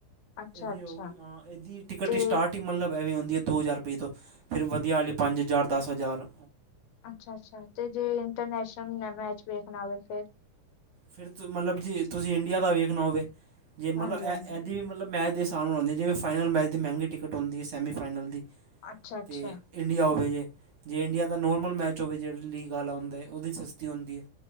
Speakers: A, on the left; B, on the right.
A: ਅੱਛਾ
B: ਇਹਦੀ
A: ਅੱਛਾ
B: ਹੋ ਗਈ ਹਾਂ ਇਹਦੀ ਟਿਕਟ
A: ਤੇ
B: ਹੀ ਸਟਾਰਟਿੰਗ ਮਤਲਬ ਐਵੇਂ ਆਦੀ ਹੈ ਦੋ ਹਜ਼ਾਰ ਪੀ ਤੋਂ ਫਿਰ ਵਧੀਆ ਵਾਲੀ ਪੰਜ ਹਜ਼ਾਰ ਦਸ ਹਜ਼ਾਰ
A: ਅੱਛਾ ਅੱਛਾ ਤੇ ਜੇ ਇੰਟਰਨੈਸ਼ਨਲ ਮੈਚ ਵੇਖਣਾ ਹੋਵੇ ਫਿਰ
B: ਫਿਰ ਤ ਮਤਲਬ ਜੀ ਤੁਸੀਂ ਇੰਡੀਆ ਦਾ ਵੇਖਣਾ ਹੋਵੇ ਜੇ ਮਤਲਬ
A: ਹਾਂਜੀ
B: ਐ
A: ਹਾਂਜੀ
B: ਇੱਦਾਂ ਵੀ ਮਤਲਬ ਮੈਚ ਦੇ ਆਸਾਨ ਹੋਦੀ ਜਿਵੇਂ ਫਾਈਨਲ ਮੈਚ ਦੀ ਮਹਿੰਗੀ ਟਿਕਟ ਆਦੀ ਹੈ ਸੈਮੀ ਫਾਈਨਲ ਦੀ
A: ਅੱਛਾ-ਅੱਛਾ,
B: ਤੇ ਇੰਡੀਆ ਹੋਵੇ ਜੇ ਜੇ ਇੰਡੀਆ ਦਾ ਨੋਰਮਲ ਮੈਚ ਹੋਵੇ ਜਿਹੜਾ ਲੀਗ ਵਾਲਾ ਹੁੰਦਾ ਉਹਦੀ ਸਸਤੀ ਹੁੰਦੀ ਹੈ